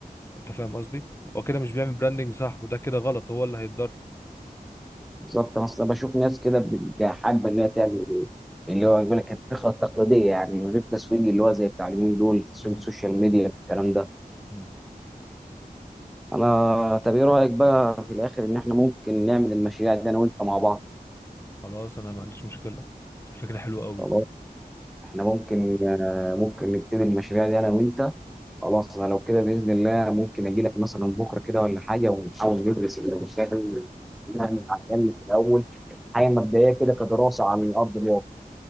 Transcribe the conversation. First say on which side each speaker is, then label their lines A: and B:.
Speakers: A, on the left; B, in the centre.
A: انت فاهم قصدي هو كده مش بيعمل براندنج صح وده كده غلط هو اللي هيتضر
B: بالظبط انا اصلا بشوف ناس كده بتبقى حابه ان هي تعمل إيه؟ اللي هو يقول لك الفكره التقليديه يعني من غير تسويق اللي هو زي بتاع اليومين دول تسويق
A: مم.
B: السوشيال ميديا والكلام ده
A: مم.
B: انا طب ايه رايك بقى في الاخر ان احنا ممكن نعمل المشاريع دي انا وانت مع بعض
A: خلاص انا ما عنديش مشكلة فكرة حلوة قوي
B: خلاص احنا ممكن آه، ممكن نبتدي المشاريع دي انا وانت خلاص انا لو كده باذن الله ممكن اجي لك مثلا بكره كده ولا حاجه ونحاول ندرس المشاريع دي نعمل على الاقل في الاول حاجه مبدئيه كده كدراسه على ارض الواقع